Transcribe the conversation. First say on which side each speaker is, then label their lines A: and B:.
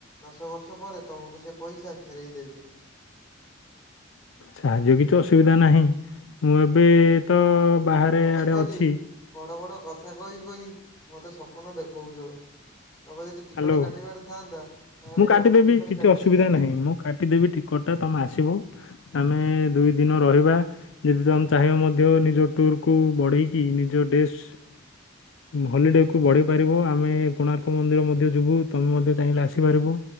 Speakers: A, on the left; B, on the left.
A: ଦଶ ବର୍ଷ ପରେ ତମକୁ ସେ ପଇସା ଫେରେଇ ଦେବି।
B: ସାହାଯ୍ୟ କିଛି ଅସୁବିଧା ନାହିଁ। ମୁଁ ଏବେ ତ ବାହାରେ
A: ତମେ
B: ଆଡ଼େ
A: ଖାଲି
B: ଅଛି
A: ବଡ ବଡ କଥା କହି କହି ମତେ ସପ୍ନ ଦେଖଉଛ। ତମେ ଯଦି ଟିକଟ
B: ହ୍ୟାଲୋ।
A: କାଟିବାର ଥାଆନ୍ତା ତାହେଲେ
B: ମୁଁ କାଟିଦେବି
A: କେବେଠୁ ଟିକଟ
B: କିଛି
A: କାଟି
B: ଅସୁବିଧା
A: ଦେଇଥାନ୍ତ।
B: ନାହିଁ ମୁଁ କାଟିଦେବି ଟିକଟ ତମେ ଆସିବ, ଆମେ ଦୁଇ ଦିନ ରହିବା। ଯଦି ତ ଆମେ ଚାହିଁବ ମଧ୍ୟ ନିଜ ଟୁର୍ କୁ ବଢେଇକି ନିଜ ଡେସ୍ ହଲିଡେ କୁ ବଢେଇ ପାରିବ। ଆମେ କୋଣାର୍କ ମନ୍ଦିର ମ ମଧ୍ୟ ଯିବୁ, ତମେ ମଧ୍ୟ ଚାହିଁଲେ ଆସିପାରିବ।